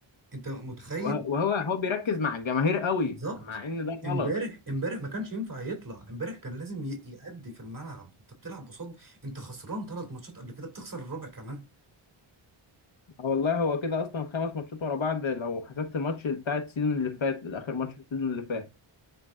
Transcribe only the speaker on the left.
وهو هو بيركز مع الجماهير قوي
مع إن ده غلط
آه والله هو كده اصلا خمس ماتشات ورا بعض لو حسبت الماتش بتاع السيزون اللي فات اخر ماتش في السيزون اللي فات